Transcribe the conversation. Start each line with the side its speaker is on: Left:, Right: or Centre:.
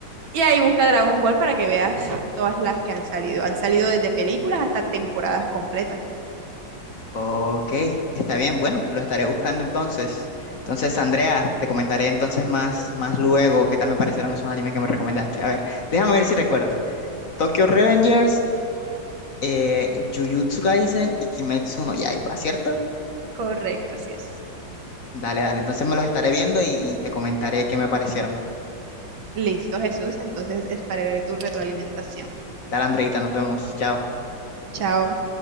Right: Y ahí busca Dragon Ball para que veas todas las que han salido. Han salido desde películas hasta temporadas completas.
Left: Ok, está bien, bueno, lo estaré buscando entonces. Entonces, Andrea, te comentaré entonces más, más luego qué tal me parecieron esos animes que me recomendaste. A ver, déjame ver si recuerdo. Tokyo Revengers eh, Jujutsu Kaisen y Kimetsu no Yaiba, ¿cierto?
Right: Correcto, así es.
Left: Dale, dale. Entonces me los estaré viendo y, y te comentaré qué me parecieron.
Right: Listo, Jesús. Entonces esperaré tu retroalimentación.
Left: Dale, Andreita, nos vemos. Chao.
Right: Chao.